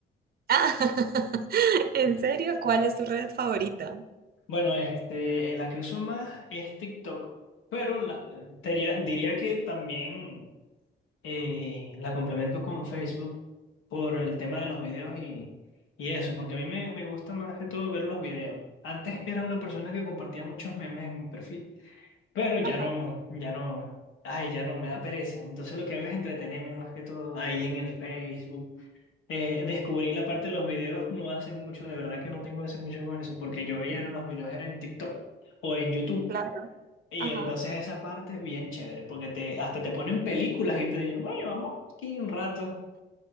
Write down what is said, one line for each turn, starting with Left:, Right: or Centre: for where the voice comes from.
Right: Ah, <laughs> ¿en serio? ¿Cuál es tu red favorita?
Left: Bueno, este, la que uso más es TikTok, pero la, tería- diría que también eh, la complemento con Facebook por el tema de los videos y, y eso, porque a mí me, me gusta más que todo ver los videos. Antes era una persona que compartía muchos memes en mi perfil. Pero ya
Right: Ajá,
Left: no, ya no, ay, ya no, me da pereza. Entonces lo que hago es entretenerme más que todo ahí en el Facebook. Eh, descubrí la parte de los videos no hace mucho, de verdad que no tengo hace mucho con eso, porque yo veía los videos era en TikTok o en YouTube.
Right: claro,
Left: Y
Right: ajá.
Left: entonces esa parte es bien chévere, porque te, hasta te ponen películas y te digo, bueno, vamos aquí un rato. <laughs>